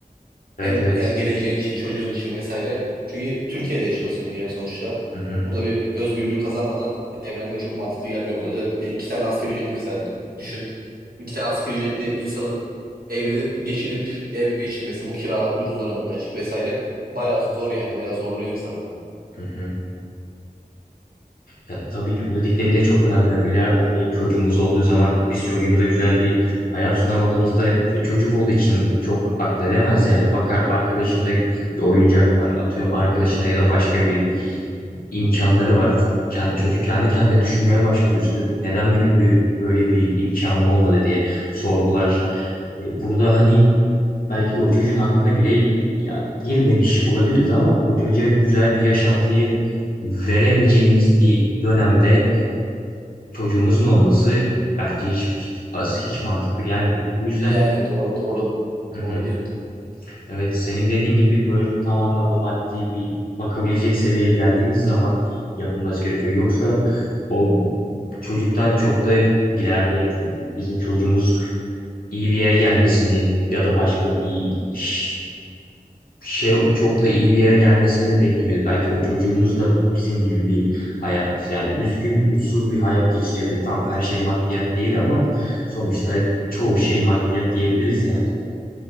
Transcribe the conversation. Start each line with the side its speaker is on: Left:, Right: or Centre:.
Left: Evet
Right: Hem
Left: evet.
Right: yani geleceğin için, çocuğun için vesaire. Çünkü Türkiye'de yaşıyorsun yani sonuçta.
Left: Hı hı,
Right: Burada bir özgürlüğü kazanmadan evlenmek çok mantıklı gelmiyor bana. Özellikle iki tane asgari ücretli mesela düşün. İki tane asgari ücretli insanın evlenip geçinip ev geçirmesi, bu kira durumlarında vesaire bayağı zor yani. Bayağı zorluyor insana.
Left: hı hı. Ya tabii ki bu dediklerin de çok önemli. İleride hani çocuğumuz olduğu zaman biz çocuğumuza güzel bir hayat sunamadığımızda çocuk olduğu için çok akledemez yani. Bakar arkadaşında bir oyuncak var. Atıyorum arkadaşında ya da başka bir imkanları var. Kendi, çocuk kendi kendine düşünmeye başlar, üzülür. Neden benim bir, böyle bir imkanım olmadı diye sorgular. E, Burada hani belki de o çocuğun hakkına bile ya, girmemiş olabiliriz ama o çocuğa güzel bir yaşantıyı veremeyeceğimiz bir dönemde çocuğumuzun olması bence hiç hiç, hiç mantıklı gelmiyor. Bu yüzden
Right: Yani doğru doğru
Left: hı
Right: doğru
Left: hı,
Right: diyorsun.
Left: evet senin dediğin gibi böyle tam anlamda maddi bir bakabilecek seviyeye geldiğimiz zaman yapılması gerekiyor. Yoksa o çocuktan çok da ileride çünkü bizim çocuğumuz iyi bir yere gelmesini ya da başka bir iş şey çok da iyi bir yere gelmesini de bekleyemeyiz. Belki o çocuğumuz da bizim gibi bir hayat yani üzgün, mutsuz bir hayat geçirebilir. Tamam her şey maddiyat değil ama sonuçta çoğu şey maddiyat diyebiliriz yani.